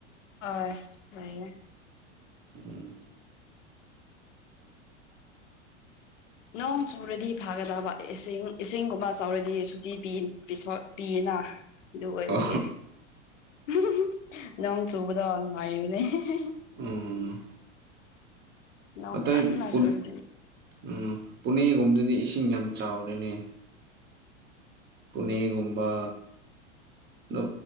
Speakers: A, on the left (about 80°); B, on the right (about 30°).
A: ꯑꯣꯏ ꯂꯩꯌꯦ
B: ꯎꯝ
A: ꯅꯣꯡ ꯆꯨꯔꯗꯤ ꯐꯥꯒꯗꯕ ꯏꯁꯤꯡ ꯏꯁꯤꯡꯒꯨꯝꯕ ꯆꯥꯎꯔꯗꯤ ꯁꯨꯇꯤ ꯄꯤ ꯄꯤꯊꯣꯛ ꯄꯤ ꯅꯥ ꯑꯗꯨ ꯑꯣꯏꯕꯒꯤ
B: ꯑꯣ
A: ꯍꯨꯝ ꯍꯨꯝ ꯅꯣꯡ ꯆꯨꯕꯗꯣ ꯉꯥꯏꯕꯅꯦ ꯍꯦ ꯍꯦ
B: ꯎꯝ
A: ꯅꯣꯡ
B: ꯑꯇꯩ
A: ꯀꯟꯅ
B: ꯄꯨꯟ
A: ꯆꯨꯔꯗꯤ
B: ꯎꯝ ꯄꯨꯅꯦꯒꯨꯝꯗꯗꯤ ꯏꯁꯤꯡ ꯌꯥꯝ ꯆꯥꯎꯔꯦꯅꯦ ꯄꯨꯅꯦꯒꯨꯝꯕꯥ ꯗꯣ